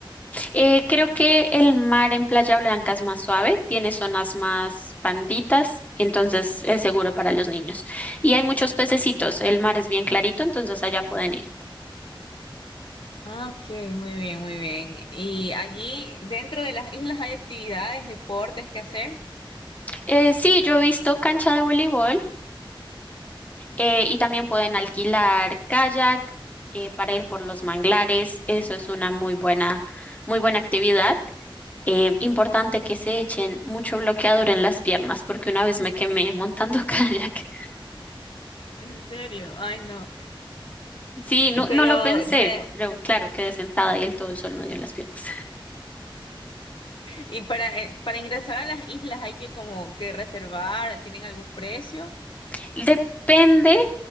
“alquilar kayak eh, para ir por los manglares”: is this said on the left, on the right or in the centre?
Left